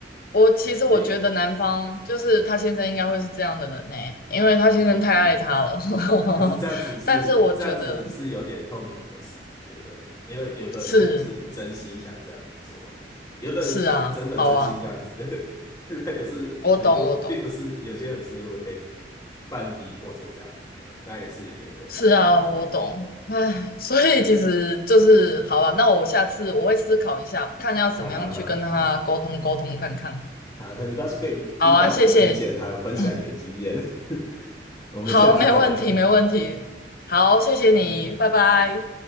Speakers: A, on the left; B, on the left.
A: 我其实我觉得男方就是他先生应该会是这样的人呢、
B: 所以，
A: 因为他先生太爱他了。
B: 嗯嗯。可是这样子是这样子是有点痛苦的事，
A: <laughs> 但是我觉得
B: 我觉得，因为有的人并不是真心想这样做，
A: 是
B: 有的人是真的真心这样子，
A: 是啊，好啊，
B: <laughs> 可是很多并不是有些人是会被
A: 我懂我懂，
B: 半逼迫成这样子的，那也是有点可怜。
A: 是啊我懂。唉，所以其实就是好啊，那我下次我会思考一下，看要怎么样去跟他沟通沟通看看。
B: 好好好，好，很高兴可以听到你的意见，
A: 好啊，谢谢，
B: 还有分享你的经验，
A: 嗯，
B: <laughs> 我们下次再聊。
A: 好，没问题没问题，好，谢谢你，拜拜。